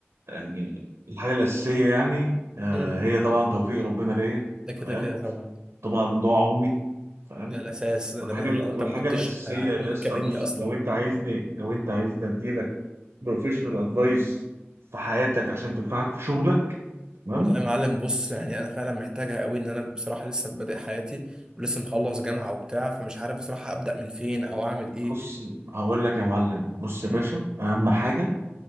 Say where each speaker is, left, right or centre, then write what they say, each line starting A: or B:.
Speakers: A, on the right; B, on the right.
A: يعني الحاجه الاساسيه يعني آه،
B: مم.
A: هي طبعا توفيق ربنا ليا
B: ده كده
A: فاهم
B: كده طبعا
A: طبعا دعاء امي فاهم
B: ده الاساس ده
A: والحاجه
B: من غيره
A: والحاجه
B: انت ما كنتش
A: الاساسيه
B: هتكون
A: يا
B: بتكلمني
A: اسطى بص
B: اصلا
A: لو انت عايزني لو انت عايزني اديلك بروفيشنال ادفايس في حياتك عشان تنفعك في شغلك تمام
B: والله يا معلم بص يعني انا فعلا محتاجها قوي ان انا بصراحه لسه في بادئ حياتي ولسه مخلص جامعه وبتاع فمش عارف بصراحه ابدا من فين او اعمل ايه
A: بص هقول لك يا معلم بص يا
B: مم.
A: باشا اهم حاجه